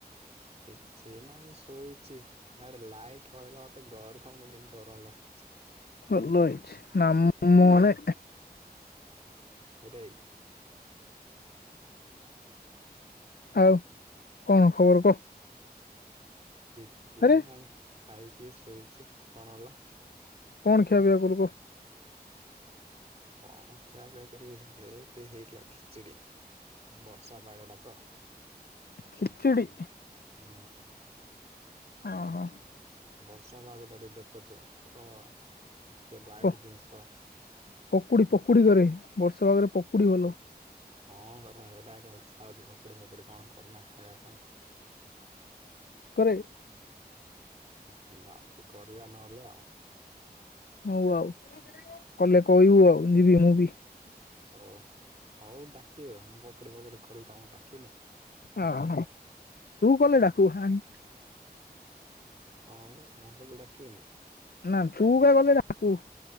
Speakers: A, on the right; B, on the left.
A: କିଛି ନାଇଁ ଶୋଇଛି <unintelligible> ଲାଇଟ ପଳେଇଲା ମତେ ଗରମ କି ଗରମ ଲାଗୁଛି।
B: ଭଲ ହେଇଚି ନାମ ନେ
A: ହେରେ
B: ଆଉ କଣ ଖବର କହ।
A: କୀଛି
B: ଆରେ
A: ନାଇଁ ଖାଇକି ଶୋଇଛି କଣ ହେଲା?
B: କଣ ଖିଆପିଆ କଲୁ କ?
A: କଣ ଖିୟାପିଆ କରିବି ହେ ଟେ ହେଇଥିଲା ଖିଚିଡି। ବର୍ଷା ପାଗ ଟା ତ।
B: ଖିଚିଡ଼ି
A: ହଁ
B: ହ ହୋ
A: ବର୍ଷା ପାଗ ଟା ଟିକେ ଦେଖୁଛୁ। ତ ଟିକେ ଲାଇଟ୍
B: ପକୁଡି
A: ଜିନିଷ
B: ପକୁଡି କରେ ବର୍ଷ ପାଗରେ ପ କୁଡ଼ି ଭଲ।
A: ହଁ ହରା ଏଇଟା ଏକା ଇଚ୍ଛା ହଉଛି ପକୁଡି ଫକୁଡି କଣ କରିନା ଖାଇବା ପାଇଁ।
B: କରେ
A: ହୁଁ ଲାଉଛି କରିବା ନହେଲେ ଆଉ।
B: ହଉ ଆଉ କଲେ କହିବୁ ଆଉ ଯିବି ମୁଁ ବି।
A: ହଉ ହଉ ଡାକ ମୁଁ ପକୋଡି ପକଡି କଲି ତମକୁ ଡାକିନି?
B: ଅହ ତୁ କଲେ ଡାକିବୁ।
A: କଣଲ <unintelligible> ମୁଁ କଲ ଡାକିବିନି?
B: ନା ତୁ କା ଗଲେ ଡ଼ାକୁ?